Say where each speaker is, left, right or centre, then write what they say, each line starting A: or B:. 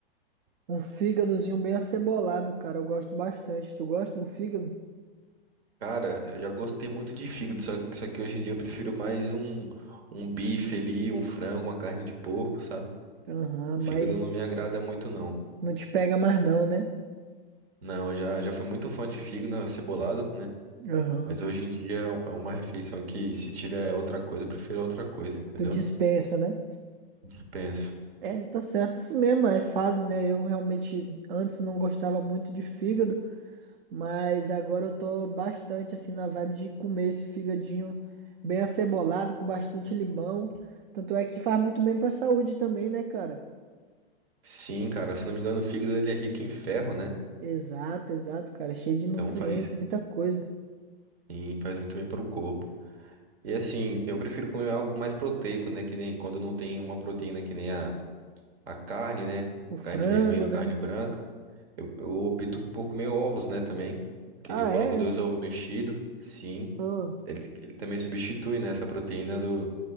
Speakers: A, on the right (about 55°); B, on the right (about 75°).
A: um fígadozinho bem acebolado, cara. Eu gosto bastante. Tu gosta de um fígado?
B: Cara, eu já gostei muito de fígado, só, só que hoje em dia eu prefiro mais um, um bife ali, um frango, uma carne de porco, sabe?
A: Aham,
B: O
A: mas
B: fígado não me agrada muito, não.
A: não te pega mais não, né?
B: Não, já, já fui muito fã de fígado acebolado, né?
A: Aham.
B: Mas hoje em dia é uma refeição que, se tiver outra coisa, eu prefiro outra coisa, entendeu?
A: Tu dispensa, né?
B: Dispenso.
A: É, tá certo, assim mesmo, é fase, né? Eu realmente antes não gostava muito de fígado, mas agora eu tô bastante assim na vibe de comer esse fígadinho bem acebolado, com bastante limão. Tanto é que faz muito bem pra saúde também, né, cara?
B: Sim, cara, se não me engano, o fígado ele é rico em ferro, né?
A: Exato, exato, cara. Cheio de nutrientes,
B: Então faz,
A: muita coisa.
B: sim, faz muito bem pro corpo. E assim, eu prefiro comer algo mais proteico, né? Que nem quando não tem uma proteína que nem a a carne, né?
A: O frango,
B: Carne vermelha,
A: né?
B: carne branca. Eu, eu opto por comer ovos, né, também. Que
A: Ah,
B: ele coloca
A: é?
B: dois ovos mexidos. Sim,
A: Ah,
B: ele, ele também substitui, né, essa proteína do,